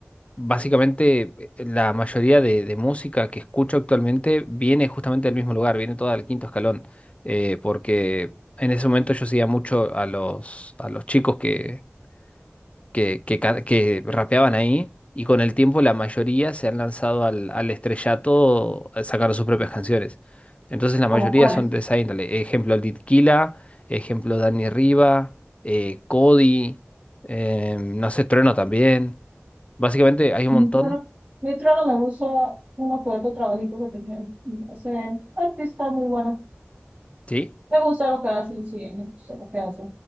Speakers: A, on the left; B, on the right.
A: Básicamente, eh, la mayoría de, de música que escucho actualmente viene justamente del mismo lugar, viene toda del Quinto Escalón, eh, porque en ese momento yo seguía mucho a los, a los chicos que, que, que, ca- que rapeaban ahí, y con el tiempo la mayoría se han lanzado al, al estrellato eh, sacando sus propias canciones. Entonces la
B: ¿Como
A: mayoría
B: cuáles?
A: son de esa índole. Ejemplo Killa, ejemplo Dani Riva, eh, Cody, em, no sé, Trueno también. Básicamente hay un
B: Neutrono,
A: montón.
B: Neutrono me gusta uno que otro trabajito que tiene. Ese artista muy bueno.
A: Sí,
B: Me gusta lo que hace, sí, me gusta lo que hace.